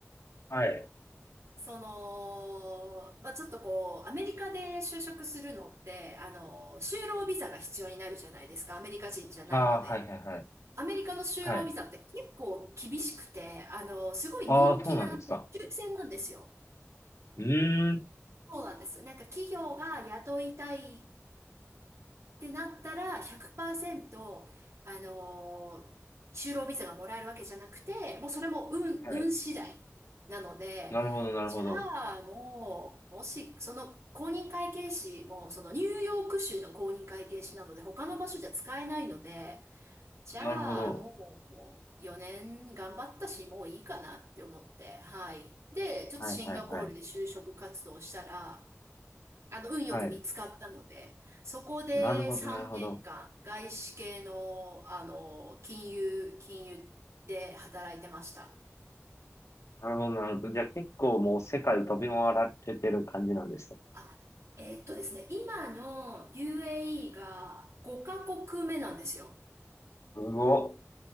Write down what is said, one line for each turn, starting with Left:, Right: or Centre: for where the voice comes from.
Left: はい。
Right: その、まあ、ちょっとこう、アメリカで就職するのって、あの、就労ビザが必要になるじゃないですか。アメリカ人じゃないので。
Left: ああー、はいはいはい。
Right: アメリカの就労ビザって結構厳しくて、
Left: はい。
Right: あの、すごい人気なんで、
Left: ああ、そうなんですか。
Right: 抽選なんですよ。
Left: うーん。
Right: そうなんです。なんか企業が雇いたいってなったら100%、あのー就労ビザがもらえるわけじゃなくて、もうそれも運、
Left: はい。
Right: 運次第なので、
Left: なるほど、なるほど。
Right: じゃあもう、もし、その公認会計士も、そのニューヨーク州の公認会計士なので、他の場所じゃ使えないので、じゃあもう4年頑張ったし、
Left: なるほど。
Right: もういいかなって思って、はい。で、ちょっとシンガポールで就職活動したら、
Left: はいはいはい。
Right: あの、運よく見つかったので、
Left: はい。
Right: そこで3年間、
Left: なるほど、なるほど。
Right: 外資系の、あの、金融、金融で働いてました。
Left: なるほど、なるほど。じゃあ結構もう世界飛び回られてる感じなんですか。
Right: あ、えーっとですね、今の UAE が5カ国目なんですよ。
Left: すごっ。